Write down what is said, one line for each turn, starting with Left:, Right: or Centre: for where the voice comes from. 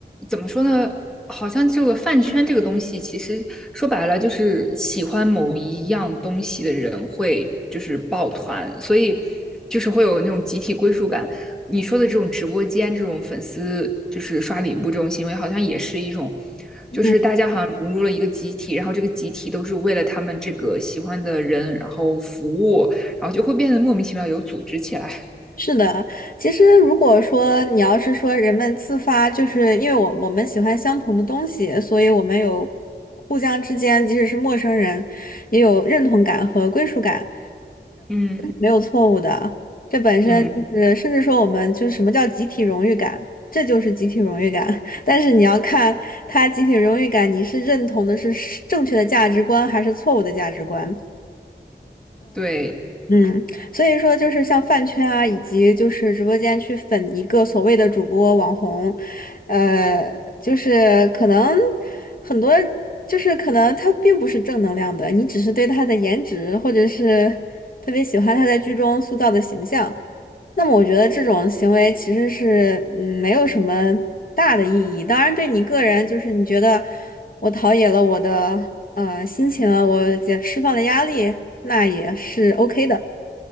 Centre: 怎么说呢？好像这个饭圈这个东西，其实说白了就是喜欢某一样东西的人会就是抱团，所以就是会有那种集体归属感。你说的这种直播间这种粉丝就是刷礼物这种行为，好像也是一种，
Left: 嗯。
Centre: 就是大家好像融入了一个集体，然后这个集体都是为了他们这个喜欢的人，然后服务，然后就会变得莫名其妙有组织起来。
Left: 是的，其实如果说你要是说人们自发，就是因为我我们喜欢相同的东西，所以我们有互相之间，即使是陌生人，也有认同感和归属感，
Centre: 嗯
Left: 没有错误的。这本身就是，
Centre: 嗯，
Left: 甚至说我们就是什么叫集体荣誉感，这就是集体荣誉感。<laughs> 但是你要看他集体荣誉感，你是认同的是正确的价值观还是错误的价值观。
Centre: 对，
Left: 嗯，所以说就是像饭圈啊，以及就是直播间去粉一个所谓的主播网红，呃，就是可能很多就是可能他并不是正能量的，你只是对他的颜值或者是特别喜欢他在剧中塑造的形象，那么我觉得这种行为其实是嗯没有什么大的意义。当然，对你个人就是你觉得我陶冶了我的。呃，心情啊，我也释放了压力，那也是 OK 的。